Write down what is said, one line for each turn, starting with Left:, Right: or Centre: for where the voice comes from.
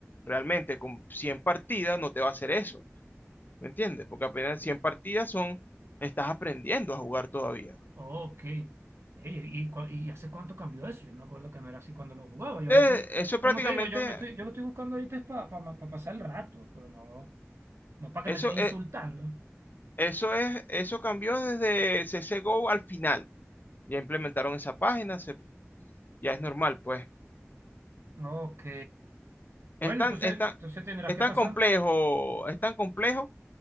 Left: realmente con 100 partidas, no te va a hacer eso, ¿me entiendes? Porque apenas 100 partidas son, estás aprendiendo a jugar todavía.
Right: Oh, Ok. Ey, ¿y, cu- y hace cuánto cambió eso? Yo me acuerdo que no era así cuando lo jugaba. Yo
Left: Eh,
Right: lo estoy,
Left: eso
Right: como
Left: prácticamente,
Right: te digo, yo lo estoy, yo lo estoy buscando ahorita es para pasar el rato, pero no, no para que
Left: eso,
Right: me estén insultando.
Left: es- eso es, eso cambió desde CSGO al final. Ya implementaron esa página, se- ya es normal, pues.
Right: Ok. Bueno,
Left: Es tan,
Right: entonces,
Left: es
Right: entonces
Left: tan-
Right: tendrás
Left: es
Right: que
Left: tan
Right: pasar.
Left: complejo, es tan complejo